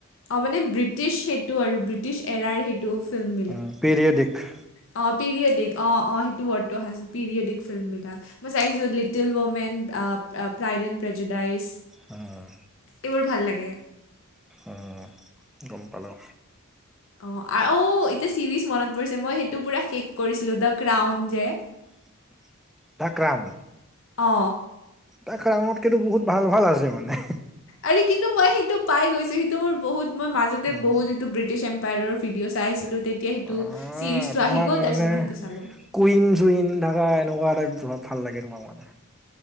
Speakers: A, on the left; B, in the centre.
A: অ, মানে ব্ৰিটিছ সেইটো আৰু ব্ৰিটিছ এৰাৰ সেইটো। ফিল্ম
B: উ, পিৰিয়ডিক
A: অ, পিৰিয়ডিক অ', অ', সেইটো ৱৰ্ডটোহছিল পিৰিয়ডিক ফিল্মবিলাক। মই চাইছোঁ little women pride and prejudice
B: অ'।
A: এইবোৰ ভাল লাগে।
B: উম, গম পালো।
A: অ', অ', এতিয়া চিৰিজ মনত পৰিছে, মই সেইটো পুৰা শেষ কৰিছিলোঁ দ, ক্ৰাউন যে।
B: <inaudible> দা ক্ৰাউন,
A: অ
B: দা ক্ৰাউনতকেতো বহুত ভাল, ভাল আছে মানে।
A: আৰে কিন্তু মই সেইটো পাই গৈছো, সেইটো মোৰ বহুত মই মাজতে
B: উম,
A: বহুত যিটো ব্ৰিটিছ ম্পায়ৰ ভিডিঅ' চাই আছিলোঁ, তেতিয়া সেইটো
B: আহ
A: চিৰিজটো
B: তোমাক
A: আহি গ'ল
B: মানে
A: তাৰপিছত মই সেইটো চালোঁ।
B: কুইন, চুইন থাকা এনেকুৱা টাইপ ভাল লাগে তোমাক মানে।